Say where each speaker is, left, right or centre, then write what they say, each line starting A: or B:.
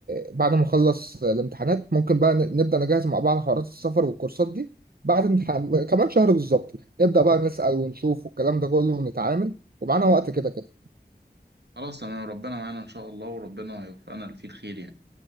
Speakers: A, on the right; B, on the right.
A: آه، بعد ما اخلص آه، الامتحانات ممكن بقى ن- نبدا نجهز مع بعض حوارات السفر والكورسات دي بعد امتحان كمان شهر بالظبط نبدا بقى نسال ونشوف والكلام ده كله ونتعامل ومعانا وقت كده كده
B: خلاص تمام ربنا معانا ان شاء الله وربنا يوفقنا اللي فيه الخير يعني